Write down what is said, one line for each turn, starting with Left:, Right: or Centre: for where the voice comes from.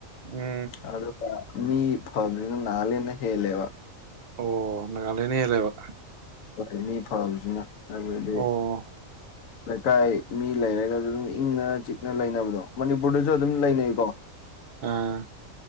Right: ꯎꯝ
Left: ꯑꯗꯨ ꯃꯤ ꯐꯕꯖꯤꯅ ꯅꯥꯒꯥꯂꯦꯟꯅ ꯍꯦꯜꯂꯦꯕ
Right: ꯑꯣ ꯅꯥꯒꯥꯂꯦꯟꯅ ꯍꯦꯜꯂꯦꯕ
Left: ꯍꯣꯏ ꯃꯤ ꯐꯕꯖꯤꯅ ꯍꯥꯏꯕꯗꯤ
Right: ꯑꯣ
Left: ꯂꯩꯀꯥꯏ ꯃꯤ ꯂꯩꯔꯒꯖꯨ ꯑꯗꯨꯝ ꯏꯪꯅ ꯆꯤꯛꯅ ꯂꯩꯅꯕꯗꯣ ꯃꯅꯤꯄꯨꯔꯗꯖꯨ ꯑꯗꯨꯝ ꯂꯩꯅꯩꯀꯣ
Right: ꯑꯥ